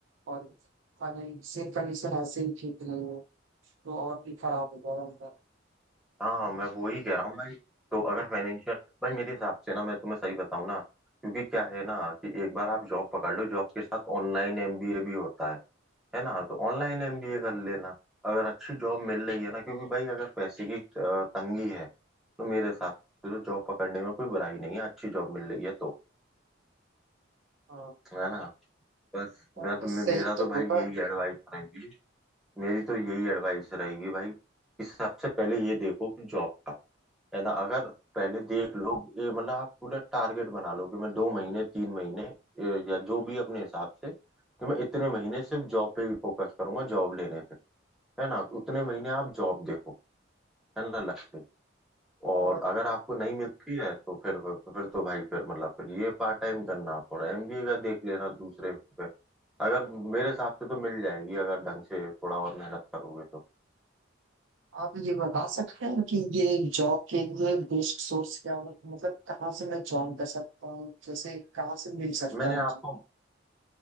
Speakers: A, on the right; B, in the centre.
A: और फाइनेंशियल कंडीशन ऐसे ही ठीक नहीं है तो और भी खराब हो जाएगा मेरा
B: हाँ
A: तो,
B: मैं वही कह रहा हूँ भाई तो अगर फाइनेंशियल भाई मेरे हिसाब से ना मैं तुम्हें सही बताऊँ ना क्योंकि क्या है ना कि एक बार आप जॉब पकड़ लो जॉब के साथ ऑनलाइन एमबीए भी होता है है ना तो ऑनलाइन एमबीए कर लेना अगर अच्छी जॉब मिल रही है ना क्योंकि भाई अगर पैसे की अ, तंगी है तो मेरे हिसाब से तो जॉब पकड़ने में कोई बुराई नहीं है अच्छी जॉब मिल रही है तो
A: हाँ
B: है ना बस
A: आपने
B: मैं तो मे-
A: सही
B: मेरा तो
A: तो
B: भाई
A: बोला
B: यही एडवाइस रहेगी मेरी तो यही एडवाइस रहेगी भाई कि सबसे पहले ये देखो कि जॉब का है ना अगर पहले देख लो ये मतलब आप पूरा टारगेट बना लो कि मैं दो महीने तीन महीने ए, या जो भी अपने हिसाब से कि मैं इतने महीने सिर्फ जॉब पे ही फोकस करूंगा जॉब लेने है ना उतने महीने आप जॉब देखो है ना लक्ष्य
A: और
B: और अगर आपको नहीं मिलती है तो फिर फिर तो भाई फिर मतलब फिर ये पार्ट टाइम करना और एमबीए का देख लेना दूसरे पे अगर मेरे हिसाब से तो मिल जाएगी अगर ढंग से थोड़ा और मेहनत करोगे तो
A: आप ये बता सकते हैं कि ये जॉब के लिए बेसिक सोर्स क्या होगा मतलब कहाँ से मैं ज्वाइन कर सकता हूँ जैसे कहाँ से मिल सकता
B: मैंने
A: है मुझे
B: आपको